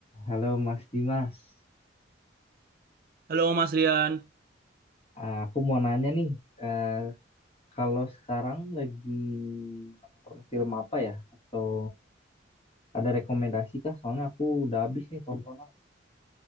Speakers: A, on the left (about 30°); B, on the right (about 50°).
A: Halo Mas Dimas,
B: Halo Mas Rian,
A: Eh, aku mau nanya nih, eh, kalau sekarang lagi nonton film apa ya? Atau ada rekomendasi kah? Soalnya aku udah habis nih tontonan.